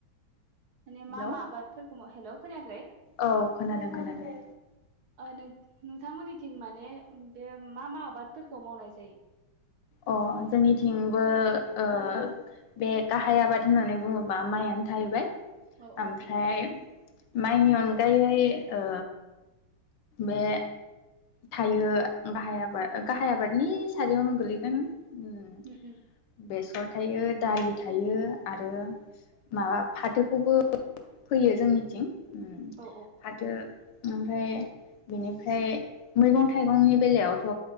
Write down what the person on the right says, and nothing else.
माने
मा मा <unintelligible> हेल' खोनाआखै?
ओ नों नोंथांमोननिथिं माने बे मा मा आबादफोरखौ मावनाय <unintelligible> <unintelligible>
औ औ
औ
औ